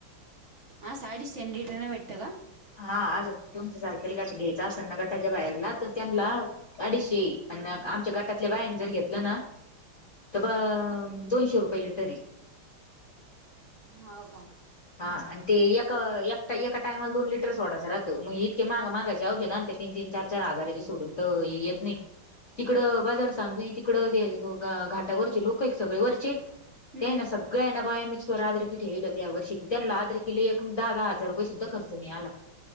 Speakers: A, on the right (about 45°); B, on the left (about 45°).
A: आस अडीचशे लिटरन भेटतं का
B: हा असं तुमच्या सारखेल गट घ्यायचा असेल ना गटाच्या बाहेरला तर त्यांना अडीचशे अन् आमच्या गाटातले बाईन जर घेतलं ना तर ब दोनशे रुपये लिटर ए
A: हाव का
B: हा आणि ते एका एकटा टायमाला दोन लिटर सोडाच राहत मग इतके माग मागाचे तीन तीन चार चार हजाराचे सोडून तर येत नाहीत तिकड बाजार सांगवी तिकडं ते घाटावरचे लोक एक सगळे वरचे
A: हम्म
B: ते ना सगळं आहे ना बाय मिक <unintelligible> यावर्षी त्यांना आद्र केले एक दहा दहा हजार रुये सुद्धा खर्च नाही आला